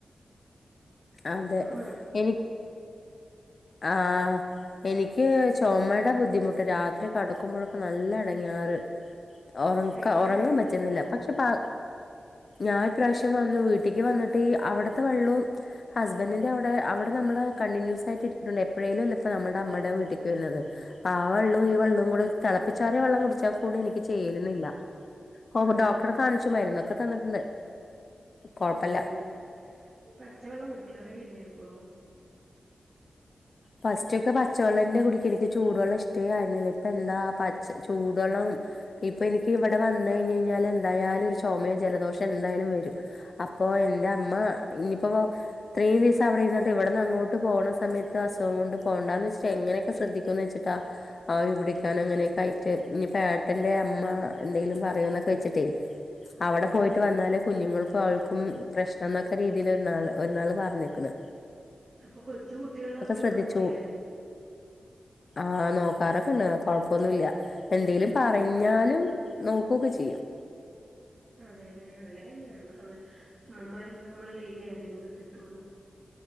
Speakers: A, on the left (about 45°); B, on the right (about 40°).
A: അതെ
B: മാ
A: എനിക് ആഹ്. എനിക്ക് ചോമടെ ബുദ്ധിമുട്ട്. രാത്രി കെടക്കുമ്പോഴൊക്കെ നല്ല എടങ്ങേറ്. ഒറ
B: ട്രീറ്റ്മെന്റ്
A: ഒറങ്ങാൻ
B: ഉണ്ടോ
A: പറ്റുന്നില്ല. പക്ഷെ പ ഞാൻ ഇപ്രാവശ്യം വന്നു. വീട്ടിക്ക് ര വന്നിട്ട് അവിട്രത്തെ വെള്ളവും. ഹസ്ബൻഡറിന്റെ അവിടെ അവിടെ നമ്മള് കണ്ടിന്യൂസ് ആയിട്ട്. ഇണ്ട് എപ്പെഴേലും അല്ലെ ഇപ്പ നമ്മുടെ അമ്മടെ വീട്ടിക്ക് വരുന്നത്. അപ്പൊ ആ വെള്ളവും ഈ വെള്ളവും കൂടെ. തെളപ്പിച്ചാറിയ വെള്ളം കുടിച്ച കൂട് എനിക്ക് ചേര്ണില്ല. ഓ
B: ആ
A: ഡോക്ടറെ
B: ആ
A: കാണിച്ചു മരുന്നൊക്കെ തന്നിട്ട്ണ്ട്. കൊഴപ്പല്ല.
B: ആണല്ലേ പച്ചവെള്ളം കുടിക്കാറേ ഇല്ലെ ഇപ്പൊ.
A: ഫസ്റ്റ് ഒക്കെ പച്ചവെള്ളെന്നെ കുടിക്കല്. ഇക്ക് ചൂടുവെള്ളം ഇഷ്ടേ ആരുന്നില്ല. ഇപ്പ എന്താ പ ചൂടുവെള്ളം. ഇപ്പൊ എനിക്ക് ഇവിടെ വന്ന് കഴിഞ്ഞഞ് കഴിഞ്ഞാൽ എന്തായാലും ഒരു ചൊമയോ ജലദോഷം എന്തായാലും വെരും. അപ്പോ എന്റെ അമ്മ ഇഞ്പ്പൊ ഇത്രീം ദിവസം അവിടെ നിന്നിട്ട് ഇവിടെന്ന് അങ്ങോട്ട് പോണ സമയ അസുഖം കൊണ്ട് പോണ്ടാന്ന് വെച്ചിട്ട് എങ്ങനെയൊക്കെ ശ്രദ്ധിക്ക എന്ന് വെച്ചിട്ടാ ആവി പിടിക്കാനെങ്ങനെക്കെ ആയിട് ഇഞ്ഞ് പേട്ട െന്റെ അമ്മ എന്തെങ്കിലും പറയോന്നൊക്കെ വെച്ചിട്ടേ അവിടെ പോയിട്ട് വന്നാലെ കുഞ്ഞുങ്ങൾക്കും അവൾക്കും പ്രശ്നം എന്നൊക്കെ രീതിയില് ഒരുനാള് ഒരു നാള് പറഞ്ഞിക്ക്ണ്.
B: അപ്പൊ കൊച്ചു കുട്ടികളെ പോലെ
A: ശ്രദ്ധിച്ചു
B: നോക്കൂലേ
A: ആഹ് നോക്കാറൊക്കെണ്ട്. കൊഴപ്പൊന്നുല്ല. എന്തെങ്കിലും പറഞ്ഞാലും നോക്കൊക്കെ ചെയ്യും.
B: അതെലേ നല്ലതന്നെ. നമുക്ക് അത് ഇമ്മമാരുണ്ടാവുമ്പളെല്ലെ ലേ ഈ കെയറിങ്ങൊക്കെ കിട്ടൊള്ളു.